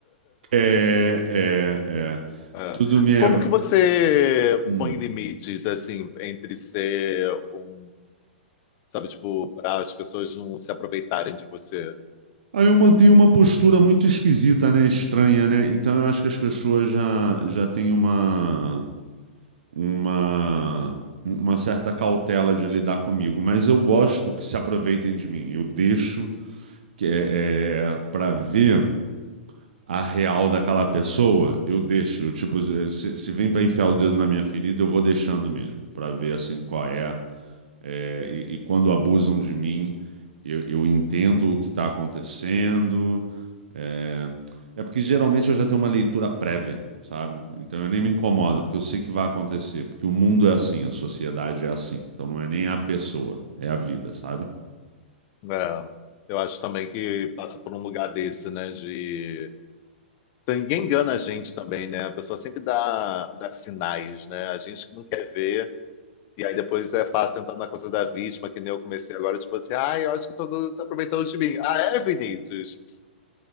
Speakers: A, on the right; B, on the left.
A: É, é, é.
B: É.
A: Tudo me é.
B: Como que você
A: Hum.
B: põe limites assim entre ser um, sabe, tipo, para as pessoas não se aproveitarem de você?
A: Aí eu mantenho uma postura muito esquisita, né? Estranha, né? Então eu acho que as pessoas já, já têm uma, uma, uma certa cautela de lidar comigo. Mas eu gosto que se aproveitem de mim. Eu deixo que é, é, para ver a real daquela pessoa, eu deixo. Eu, tipo, se, se vem para enfiar o dedo na minha ferida, eu vou deixando mesmo, para ver assim qual é, é, e, e quando abusam de mim, eu, eu entendo o que está acontecendo. É, é porque geralmente eu já tenho uma leitura prévia, sabe? Então eu nem me incomodo, porque eu sei que vai acontecer, porque o mundo é assim, a sociedade é assim. Então não é nem a pessoa, é a vida, sabe?
B: É. Eu acho também que passa por um lugar desse, né? De Então, Ninguém engana a gente também, né? A pessoa sempre dá, dá sinais, né? A gente que não quer ver. E aí depois é fácil entrar na coisa da vítima, que nem eu comecei agora, tipo assim, ah, eu acho que todo mundo se aproveitando de mim. Ah, é, Vinícius? <laughs>